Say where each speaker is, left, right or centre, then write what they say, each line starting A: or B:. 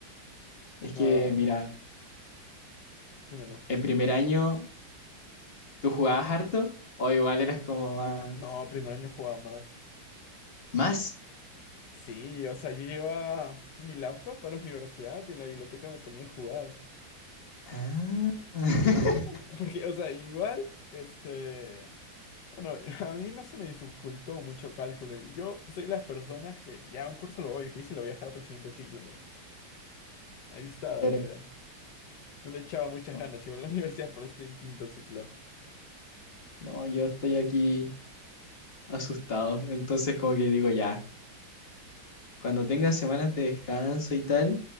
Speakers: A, on the left; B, on the left.
A: Es
B: nada,
A: que, mira,
B: dímelo.
A: en primer año tú jugabas harto o igual eras como más...
B: No, primer año jugaba más.
A: ¿Más?
B: Sí, o sea, yo llevaba mi laptop a la universidad y en la biblioteca me ponía a jugar.
A: Ah. <laughs>
B: Porque, porque, o sea, igual, este, bueno, <laughs> a mí no se me dificultó mucho cálculo. Y yo soy de las personas que ya un curso lo voy difícil, lo voy a dejar para el siguiente ciclo, entonces. Ahí estaba
A: Claro.
B: la idea. No le echaba muchas
A: No,
B: ganas, iba a la <laughs> universidad, pero estoy en quinto ciclo.
A: no, yo estoy aquí asustado, entonces como que digo ya, cuando tenga semanas de descanso y tal,